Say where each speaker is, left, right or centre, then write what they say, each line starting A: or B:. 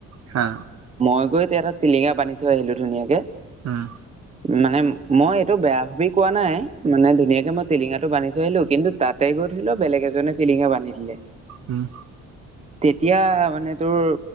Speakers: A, on the right; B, on the right.
A: হা
B: মই গৈ এতিয়া এটা টিলিঙা বান্ধি থৈ আহিলো ধুনীয়াকে
A: অহ।
B: মানে মই এইটো বেয়া ভাবি কোৱা নাই মানে ধুনীয়াকে মই টিলিঙা টো বান্ধি লো কিন্তু তাতে গৈ ধৰি লও বেলেগ এজনে টিঙা বান্ধি দিলে।
A: উম'।
B: তেতিয়া মানে তোৰ